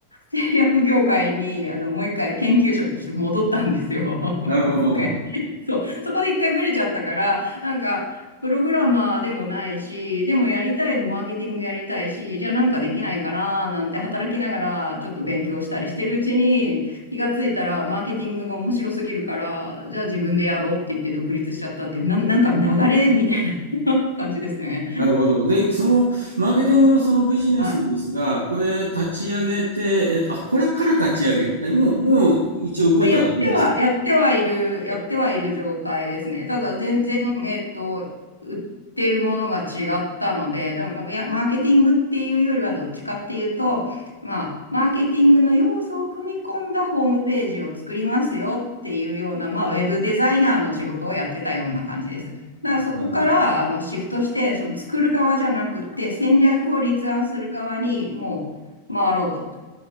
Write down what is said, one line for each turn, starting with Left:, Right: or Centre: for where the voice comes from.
Left: 製薬業界に、あの、もう一回研究職として戻ったんですよ。
Right: <laughs>
Left: <laughs> もう一回。
Right: なるほど。
Left: そう。そこで一回ブレちゃったから、なんか、プログラマーでもないし、でもやりたいのマーケティングやりたいし、じゃあなんかできないかななんて働きながらちょっと勉強したりしてるうちに気がついたらマーケティングが面白すぎるから、じゃあ自分でやろうって言って独立しちゃったっていう、な、なんか流れみたいな <laughs> 感じですね。
Right: なるほど。で、そのマーケティングのそのビジネスですが、
Left: はい。
Right: これ立ち上げて、えっと、あ、これから立ち上げえ、もう、もう一応動いてはいるんでしたっけ
Left: あやっては、やってはいる、やってはいる状態ですね。ただ全然、えっと、売ってるものが違ったので、でもまあいやマーケティングっていうよりはどっちかっていうと、まあ、マーケティングの要素を組み込んだホームページを作りますよっていうような、まあ、ウェブデザイナーの仕事をやってたような感じです。だからそこからあのシフトして、
Right: なるほど。
Left: その作る側じゃなくて、戦略を立案する側にもう回ろうと